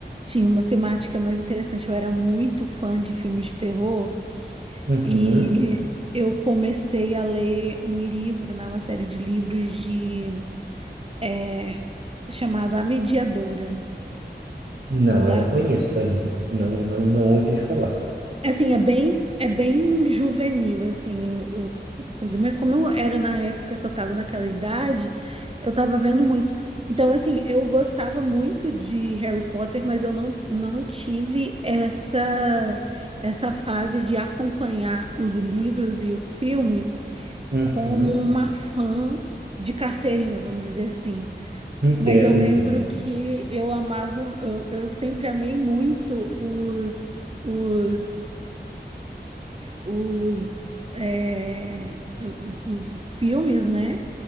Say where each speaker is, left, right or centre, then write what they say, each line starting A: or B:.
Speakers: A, on the right; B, on the right.
A: tinha uma temática mais interessante. Eu era muito fã de filmes de terror
B: Uhum.
A: e eu comecei a ler um livro, né, uma série de livros de eh, chamado A Mediadora.
B: Não,
A: da
B: eu não conheço ainda. Não, não, não ouvi falar.
A: Assim, é bem, é bem juvenil, assim, o, o- o coisa. Mas como eu era na época que eu tava naquela idade, eu tava vendo muito. Então, assim, eu gostava muito de Harry Potter, mas eu não, não tive essa, essa fase de acompanhar os livros e os filmes
B: Uhum.
A: como uma fã de carteirinha, vamos dizer assim.
B: Entendo,
A: Mas eu lembro
B: entendo.
A: que eu amava, eu, eu sempre amei muito os, os os, é, os, os filmes, né?